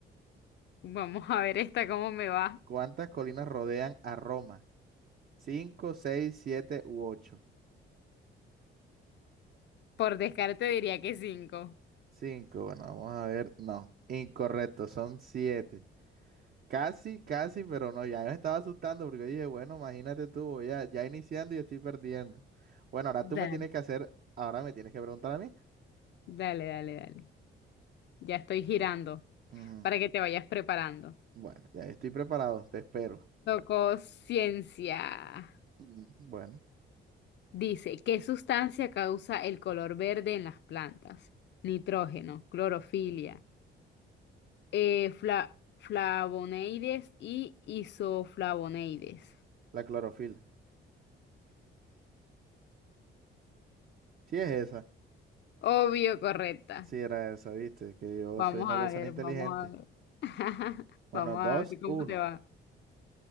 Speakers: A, on the left (about 60°); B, on the right (about 50°).
A: Vamos a ver esta cómo me va.
B: ¿Cuántas colinas rodean a Roma? Cinco, seis, siete u ocho.
A: Por descarte diría que cinco.
B: Cinco, bueno, vamos a ver. No, incorrecto, son siete. Casi, casi, pero no, ya me estaba asustando porque dije, bueno, imagínate tú, voy a- ya iniciando y estoy perdiendo. Bueno, ahora tú
A: Dale,
B: me tienes que hacer, ahora me tienes que preguntar a mí.
A: dale, dale, dale. Ya estoy girando
B: Ujú.
A: para que te vayas preparando.
B: Bueno, ya estoy preparado, te espero.
A: Tocó ciencia.
B: Mm, Bueno,
A: Dice, ¿qué sustancia causa el color verde en las plantas? Nitrógeno, clorofilia, eh, fla- flavonoides y isoflavonoides.
B: la clorofila. Sí es esa.
A: Obvio, correcta.
B: Sí era esa, viste, que yo
A: Vamos
B: soy una
A: a
B: persona
A: ver,
B: inteligente.
A: vamos a ver. <laughs>
B: Bueno,
A: Vamos
B: dos,
A: a ver cómo
B: uno.
A: te va.